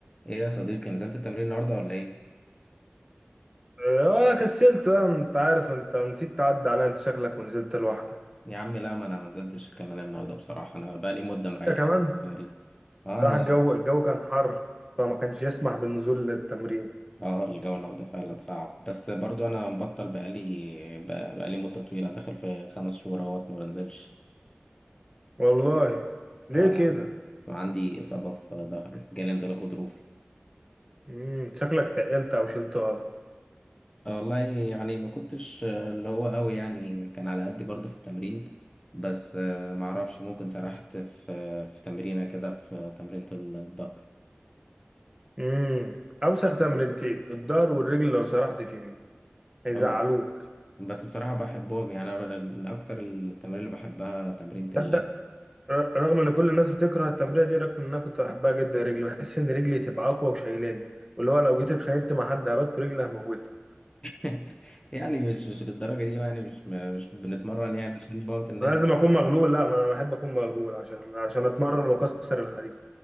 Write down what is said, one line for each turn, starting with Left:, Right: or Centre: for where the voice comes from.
Left: ايه يا صديقي نزلت التمرين النهارده ولا ايه
Right: اه كسلت بقى انت عارف انت نسيت تعدي عليا انت شكلك ونزلت لوحدك
Left: يا عم لا ما انا ما نزلتش كمان النهارده بصراحه انا بقالي مده مريح
Right: انت كمان
Left: من التمرين اه
Right: صراحة
Left: ده
Right: الجو الجو كان حر فما كانش يسمح بالنزول للتمرين
Left: اه الجو النهارده فعلا صعب بس برضو انا مبطل بقالي بق- بقالي مده طويله داخل في خمس شهور اهوت ما بنزلش
Right: والله ليه
Left: اه
Right: كده
Left: وعندي اصابه في ظهري جالي انزلاق غضروفي
Right: امم شكلك تقلت او شلت غلط
Left: آه والله يعني ما كنتش آه، اللي هو قوي يعني كان على قدي برضو في التمرين بس آه، ما اعرفش ممكن سرحت في في تمرينه كده في تمرينة الظهر
Right: امم اوسخ تمرينتين الظهر والرجل لو سرحت فيهم هيزعلوك
Left: اه، بس بصراحة بحبهم يعني أنا من أكتر التمارين اللي بحبها تمرين
Right: تصدق
Left: الليج
Right: ر- رغم ان كل الناس بتكره التمرين دي رغم ان انا كنت بحبها جدا رجلي بحس ان رجلي تبقى اقوى وشايلاني واللي هو لو جيت اتخانقت مع حد هبت رجلي هموته
Left: <laughs> يعني مش مش للدرجة دي بقى، يعني مش مش بنتمرن يعني عشان نموت الناس
Right: ما لازم اكون مغلول لا ما انا بحب اكون مغلول عشان عشان اتمرن واكسر الحديد